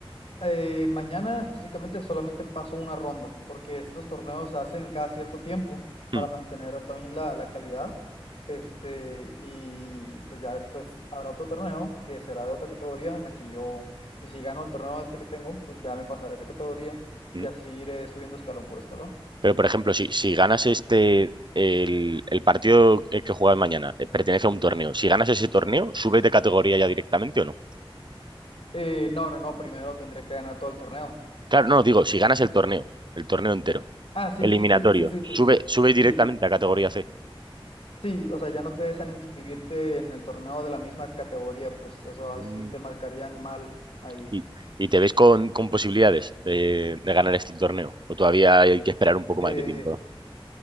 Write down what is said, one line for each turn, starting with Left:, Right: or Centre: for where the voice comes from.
Left: Eh, mañana específicamente solamente paso una ronda, porque estos torneos se hacen cada cierto tiempo para
Right: Hmm.
Left: mantener también la, la calidad. Este, y pues ya después habrá otro torneo que será de otra categoría en la que yo, pues si gano el torneo este que tengo, pues ya me pasaré a esa categoría
Right: hmm.
Left: y así iré subiendo escalón por escalón.
Right: Pero, por ejemplo, si, si ganas este, el, el partido el que juegas mañana, eh, pertenece a un torneo. Si ganas ese torneo, ¿subes de categoría ya directamente o no?
Left: Eh, no, no, no, primero tendré que ganar todo el torneo.
Right: Claro, no, digo, si ganas el torneo, el torneo entero,
Left: Ah, sí,
Right: eliminatorio,
Left: sí, sí, sí,
Right: sube,
Left: pues
Right: sube directamente
Left: sí,
Right: a categoría C.
Left: Sí, o sea, ya no te dejan inscribirte en el torneo de la misma categoría, pues eso ahora
Right: Mm.
Left: sí te marcarían mal ahí.
Right: Y, y te ves con, con posibilidades de, de ganar este torneo. O todavía hay que esperar un poco
Left: Eh,
Right: más de tiempo.